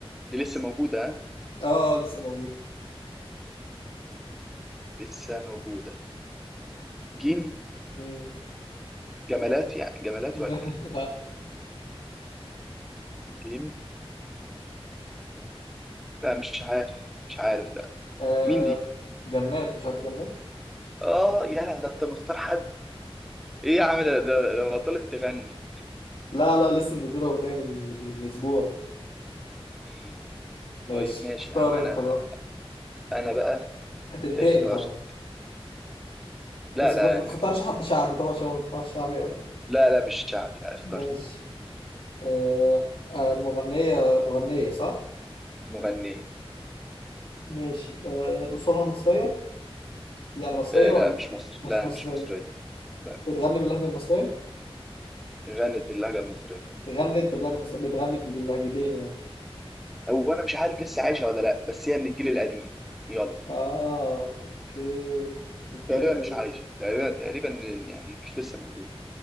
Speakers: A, in the centre; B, on the left.
A: دي لسه موجوده ها؟
B: اه لسه موجود
A: لسه موجوده جيم
B: مم.
A: جمالات يعني جمالات
B: <laughs>
A: ولا ايه
B: لا
A: جيم لا مش عارف مش عارف لا
B: آه.
A: مين دي
B: جنات مش عارف جنات
A: اه يا ده انت مختار حد ايه يا عم ده ده لو بطلت تغني
B: لا لا لسه منزلة أغنية من من أسبوع
A: إيه،
B: ماشي
A: طيب ماشي
B: اختار
A: يا عم انا
B: انت بقى
A: انا بقى
B: هتنتقم
A: اخترت
B: طبعا
A: لا
B: بس
A: لا
B: ما تختارش حد شعبي طبعا عشان ما بسمعش شعبي قوي
A: لا لا مش شعبي لا اخترت
B: ماشي آه آه مغنية مغنية صح؟
A: مغنية
B: ماشي آه أصولها مصرية؟ يعني مصرية
A: إيه
B: ولا
A: لا مش مصر
B: مش
A: لا
B: مصرية؟
A: مش مصرية لا
B: بتغني باللهجة المصرية؟
A: غنت باللهجة المصرية
B: غنت باللهجة المصرية بتغني باللهجتين يعني
A: هو انا مش عارف لسه عايشة ولا لا بس هي من الجيل القديم يلا
B: آه أوكي الجيل
A: تقريبا
B: القديم.
A: مش عايشة تقريبا تقريبا يعني مش لسه موجودة